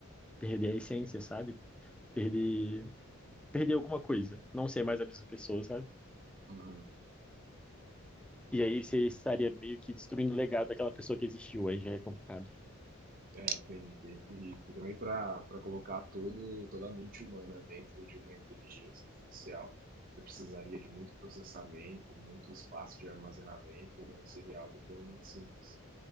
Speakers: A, in the centre; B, on the right (about 40°).
A: perder a essência, sabe? Perder, perder alguma coisa, não ser mais a mesma pessoa, sabe?
B: uhum.
A: E aí você estaria meio que destruindo o legado daquela pessoa que existiu, aí já é complicado.
B: É, tem, tem esse risco. E também para para colocar todo, toda a mente humana dentro de uma inteligência artificial, você precisaria de muito processamento, muito espaço de armazenamento, não seria algo tão simples.